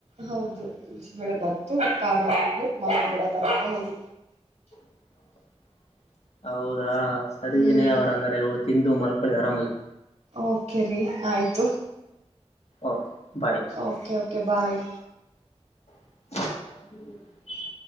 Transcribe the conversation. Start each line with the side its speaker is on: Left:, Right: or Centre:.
Right: ಹೌದು ಬಿಸಿ ಬೇಳೆ ಬತ್ತು ಖಾರ ತಿಂದ್ಬಿಟ್ಟು ಮಲಗ್ ಬಿಡೋದಾರ ಆರಾಮಾಗಿ
Left: <inaudible> ಹೌದಾ ಸರಿ
Right: ಹ್ಮ್
Left: ವಿನಯ ಅವರಂಗಾರೆ ತಿಂದು ಮಲ್ಕೊಳ್ಳಿ ಆರಾಮಾಗಿ
Right: ಓಕೆ ರರಿ ಆಯ್ತು
Left: ಓಕೆ ಬಾಯ್
Right: ಓಕೆ ಓಕೆ ಬಾಯ್
Left: <inaudible>